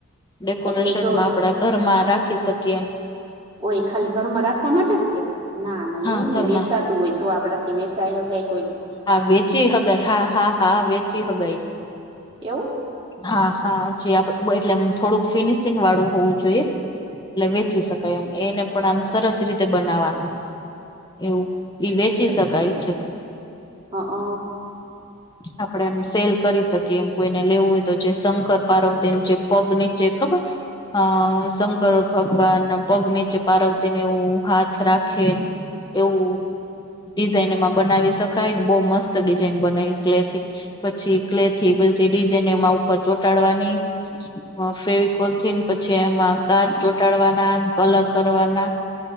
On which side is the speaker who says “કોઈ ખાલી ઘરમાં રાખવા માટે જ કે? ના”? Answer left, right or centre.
Right